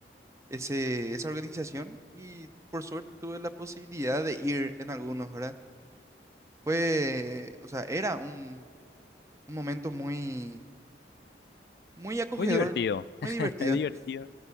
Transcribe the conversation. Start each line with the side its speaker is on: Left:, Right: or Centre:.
Right: ese, esa organización y por suerte tuve la posibilidad de ir en algunos, ¿verdad? Fue, o sea, era un, un momento muy, muy acogedor,
Left: Muy divertido,
Right: muy
Left: <laughs>
Right: divertido.
Left: divertido.
Right: <laughs>